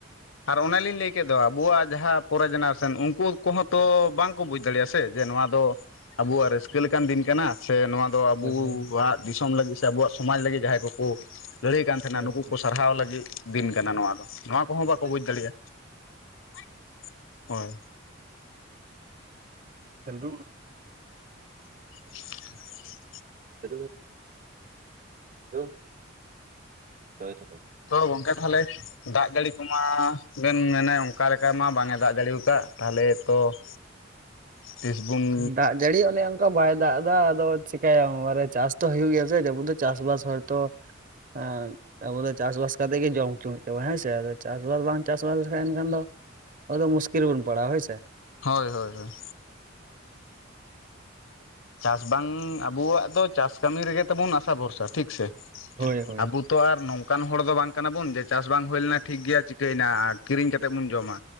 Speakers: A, on the left (about 85°); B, on the right (about 45°).
A: ᱟᱨ ᱚᱱᱟ ᱞᱤᱧ ᱞᱟᱹᱭ ᱠᱮᱫ ᱟᱵᱚᱣᱟᱜ ᱡᱟᱦᱟᱸ ᱯᱚᱨᱮ ᱡᱮᱱᱟᱨᱮᱥᱚᱱ ᱩᱱᱠᱩ ᱠᱚᱦᱚᱸ ᱛᱚ ᱵᱟᱝᱠᱚ ᱵᱩᱡᱽ ᱫᱟᱲᱮᱭᱟᱜᱼᱟ ᱥᱮ ᱡᱮ ᱱᱚᱣᱟ ᱫᱚ ᱟᱵᱚᱣᱟᱜ ᱨᱟᱹᱥᱠᱟᱹ ᱞᱮᱠᱟᱱ ᱫᱤᱱ ᱠᱟᱱᱟ ᱥᱮ ᱱᱚᱣᱟ ᱟᱵᱚᱣᱟᱜ
B: ᱦᱳᱭ ᱦᱳᱭ
A: ᱫᱤᱥᱚᱢ ᱞᱟᱹᱜᱤᱫ ᱥᱮ ᱟᱵᱚᱣᱟᱜ ᱥᱚᱢᱟᱡᱽ ᱞᱟᱹᱜᱤᱫ ᱡᱟᱦᱟᱸᱭ ᱠᱚᱠᱚ ᱞᱟᱹᱲᱦᱟᱹᱭ ᱠᱟᱱ ᱛᱟᱦᱮᱱᱟ
B: ᱦᱳᱭ᱾
A: ᱱᱩᱠᱩ ᱠᱚ ᱥᱟᱨᱦᱟᱣ ᱞᱟᱹᱜᱤᱫ ᱫᱤᱱ ᱠᱟᱱᱟ ᱱᱚᱣᱟ ᱫᱚ ᱱᱚᱣᱟ ᱠᱚᱦᱚᱸ
B: ᱫᱟᱜ
A: ᱵᱟᱠᱚ ᱵᱩᱡᱽ ᱫᱟᱲᱮᱭᱟᱜᱼᱟ ᱾ ᱦᱳᱭ
B: ᱪᱟᱸᱫᱩ
A: <inaudible>
B: ᱫᱩ ᱫᱩ ᱦᱳᱭ ᱛᱚᱵᱮ <inaudible>
A: ᱛᱚ ᱜᱚᱝᱠᱮ ᱛᱟᱦᱚᱞᱮ ᱫᱟᱜ ᱡᱟᱹᱲᱤ ᱠᱚᱢᱟ ᱵᱮᱱ ᱢᱮᱱᱟ ᱚᱱᱠᱟ ᱞᱮᱠᱟ ᱢᱟ ᱵᱟᱝ ᱮ ᱫᱟᱜ ᱡᱟᱲᱤᱭᱟᱠᱟᱫ ᱛᱟᱦᱚᱞᱮ ᱛᱚ <inaudible> ᱯᱷᱮᱥᱵᱩᱱ
B: ᱫᱟᱜ ᱡᱟᱹᱲᱤ ᱚᱱᱮ ᱚᱱᱠᱟ ᱵᱟᱭ ᱫᱟᱜ ᱫᱟ ᱟᱫᱚ ᱪᱤᱠᱟᱭᱟᱢ ᱵᱟᱨᱮ ᱪᱟᱥ ᱛᱚ ᱦᱩᱭᱩᱜ ᱜᱮᱭᱟ ᱥᱮ ᱡᱟᱹᱵᱩ ᱫᱚ ᱪᱟᱥᱵᱟᱥ ᱦᱚᱭᱛᱚ ᱟᱢ ᱟᱵᱚ ᱫᱚ ᱪᱟᱥᱵᱟᱥ ᱠᱟᱛᱮᱜ ᱜᱮ ᱡᱚᱢ ᱦᱚᱪᱩ ᱦᱩᱭᱩᱜ <unintelligible> ᱦᱮᱸ ᱥᱮ ᱟᱫᱚ ᱪᱟᱥᱵᱟᱥ ᱵᱟᱝ ᱪᱟᱥᱵᱟᱥ <unintelligible> ᱮᱱᱠᱷᱟᱱ ᱫᱚ ᱟᱫᱚ ᱢᱩᱥᱠᱤᱞ ᱵᱩᱱ ᱯᱟᱲᱟᱜᱟ ᱦᱳᱭ ᱥᱮ
A: ᱦᱳᱭ ᱦᱳᱭ ᱦᱳᱭ ᱪᱟᱥ ᱵᱟᱝ ᱟᱵᱩᱣᱟᱜ ᱫᱚ ᱪᱟᱥ ᱠᱟᱹᱢᱤ ᱨᱮᱜᱮ ᱛᱟᱵᱩᱱ ᱟᱥᱟ ᱵᱷᱚᱨᱥᱟ ᱴᱷᱤᱠᱥᱮ
B: ᱦᱳᱭ ᱦᱳᱭ
A: ᱟᱵᱚ ᱛᱚ ᱟᱨ ᱱᱚᱝᱠᱟᱱ ᱦᱚᱲ ᱫᱚ ᱵᱟᱝ ᱠᱟᱱᱟ ᱵᱩᱱ ᱡᱮ ᱪᱟᱥ ᱵᱟᱝ ᱦᱩᱭ ᱞᱮᱱᱟ ᱴᱷᱤᱠ ᱜᱮᱭᱟ ᱪᱤᱠᱟᱹᱭᱮᱱᱟ ᱠᱤᱨᱤᱧ ᱠᱟᱛᱮᱫ ᱵᱚᱱ ᱡᱚᱢᱟ᱾